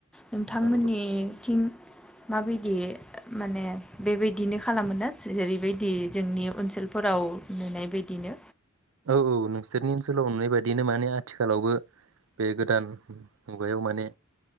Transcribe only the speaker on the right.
औ
औ औ नोंसोरनि ओनसोलाव नुनाय बायदिनो माने आथिखालावबो बे गोदान मुगायाव माने